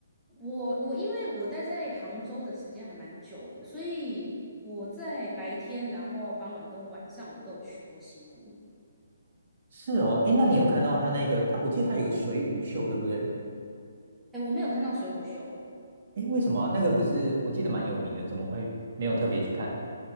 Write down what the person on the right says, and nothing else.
是哦，哎，那你有看到他那个他？
我记得他有一个水舞秀，对不对？
哎，为什么啊那个不是？我记得蛮有名的，怎么会没有特别去看？